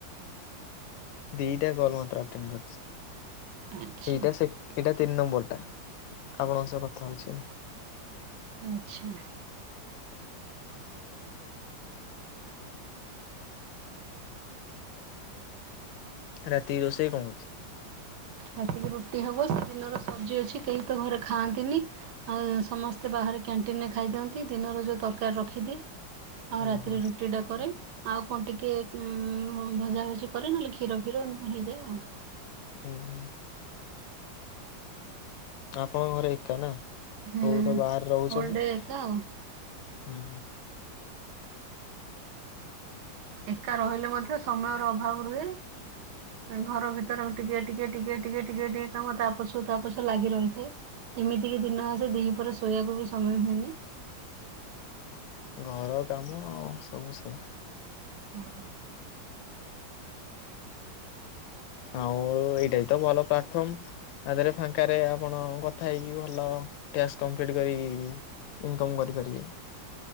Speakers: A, on the left; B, on the right.
A: ଦିଟା କଲ ମାତ୍ର ଆଟେଣ୍ଡ କରିଛି
B: ଆଚ୍ଛା।
A: ଏଇଟା ସେକ ଏଇଟା ତିନ୍ ନମ୍ବର ଟା ଆପଣଙ୍କ ସହ କଥା ହଉଛି ଆଉ
B: ଆଛା
A: ରାତି ରୋଷେଇ କଣ ହଉଛି
B: ରାତିକି ରୁଟି ହବ ସେ ଡିନର ସବଜି ଅଛି କେହି ତ ଘରେ ଖାଆନ୍ତିନି ଆଉ ସମସ୍ତେ ବାହାରେ କ୍ୟାଣ୍ଟିନି ରେ ଖାଇଦିଅନ୍ତି ଦିନର ଯେଉଁ ତରକାରୀ ରଖିଦିଏ ଆଉ
A: ହୁଁ
B: ରାତିରେ
A: ହୁଁ
B: ରୁଟି ଟା କରେ ଆଉ କଣ ଟିକେ ଉଁ ଭଜା ଭୁଜି କରେ ନହେଲେ କ୍ଷୀର ଫିର ଏମିତି ହେଇଯାଏ ଆଉ
A: ଉଁ ହୁଁ ଆପଣଙ୍କ ଘରେ ଏକା ନା ସବୁ
B: ହୁଁ
A: ତ ବାହାରେ ରହୁଛନ୍ତି
B: ଅଲ୍ ଡେ
A: ହୁଁ
B: ଏକା ଆଉ। ଏକା ରହିଲେ ମଧ୍ୟ ସମୟର ଅଭାବ ରୁହେ ଘର ଭିତର ଟିକେ ଟିକେ ଟିକେ ଟିକେ ଟିକେ ଟି କାମ ତା ପଛକୁ ତା ପଛକୁ ଲାଗି ରହିଥାଏ ଏମିତି କି ଦିନ ଆସେ ଦିପହରେ ଶୋଇବାକୁ ବି ସମୟ ହୁଏନି
A: ଘର କାମ ଆଉ ସବୁ ସେଇଆ
B: ହଁ
A: ଆଉ ଏଇଟା ବି ତ ଭଲ ପ୍ଲାଟଫର୍ମ ତା ଦେହରେ ଫାଙ୍କାରେ ଆପଣ କଥା ହେଇକି ଭଲ ଟ୍ଯାକ୍ସ କପ୍ଲିଟ କରିକି ଇନକମ୍ କରିପାରିବେ